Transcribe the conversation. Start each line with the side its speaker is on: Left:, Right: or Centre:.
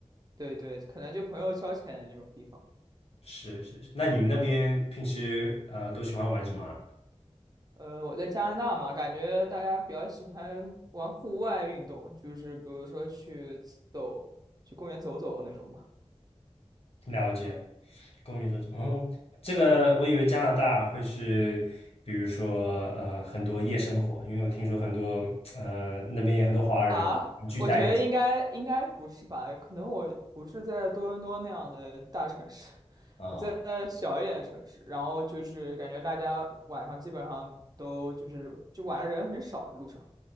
Right: 对对，可能就朋友消遣的那种地方。
Left: 是是是，那你们那边平时呃都喜欢玩什么啊？
Right: 呃，我在加拿大嘛，感觉大家比较喜欢玩户外运动，就是比如说去走，去公园走走那种嘛。
Left: 了解，公寓这种，哦，这个我以为加拿大会是，比如说呃很多夜生活，因为我听说很多呃那边也很多华人聚在一起
Right: 啊，我觉得应该应该不是吧？可能我不是在多伦多那样的大城市，<laughs>
Left: 啊哦
Right: 我在小一点的城市。然后就是感觉大家晚上基本上都就是就晚上人很少路上。